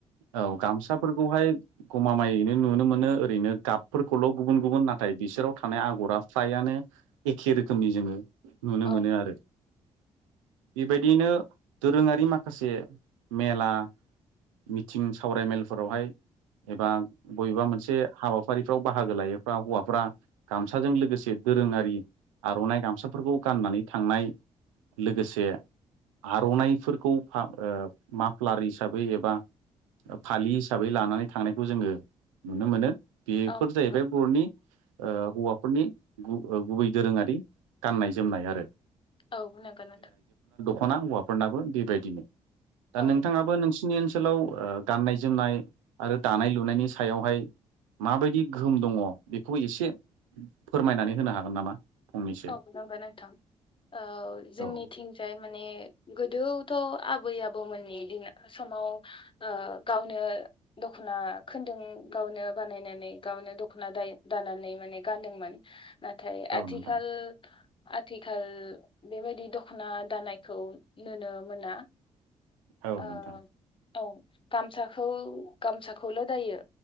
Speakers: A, on the right; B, on the left.
A: औ गामसाफोरखौहाय गमामायैनो नुनो मोनो ओरैनो गाबफोरखौल गुबुन गुबुन नाथाय बिसोराव थानाय आगरा फ्रायानो नो एखे रोखोमनि जोङो नुनो
B: औ।
A: मोनो आरो बेबायदियैनो दोरोङारि माखासे मेला मिथ थिं सावरायमेलफोरावहाय एबा बयबा मोनसे हाबाफारिफ्राव बाहागो लायोबा हौवा फुरा गामसाजों लोगोसे दोरोङारि आर'नाइ गामसाफोरखौ गाननानै थांनाय लोगोसे आर'नाइफोरखौ फाब ओ माफ्लार हिसाबै एबा फालि हिसाबै लानानै थांनायखौ जोङो नुनो मोनो। बेफोर
B: औ
A: जाहैबाय
B: नंगौ
A: बर'नि ओ हौवाफोरनि गु ओ गुबै दोरोङारि गाननाय जोमनाय आरो।
B: औ नोंगो नोंथां।
A: खना हौवाफोरनाबो बेबायदिनो दा
B: औ
A: नोंथाङाबो नोंसिनि ओनसोलाव ओ गाननाय जोमनाय
B: नंगौ
A: आरो दानाय लुनायनि सायावहाय। माबायदि गोहोम दङ बेखौ एसे फोरमायनानै होनो हागोन नामा? फंनैसो
B: औ नोंगो नोंथां ओ जोंनिथिंजाय
A: औ
B: माने गोदोवथ आबै आबौमोननि दिन समाव ओ गावनो दख खना खोन्दों गावनो बानायनानै गावनो दख'ना दाय दानानै माने गान्दोंमोन ना थाय आथिखाल
A: औ नोंथां
B: आथिखाल बेबायदि दख खना दानायखौ नुनो मोना
A: औ
B: ओ
A: नोंथां।
B: औ गामसाखौ गामसाखौल दायो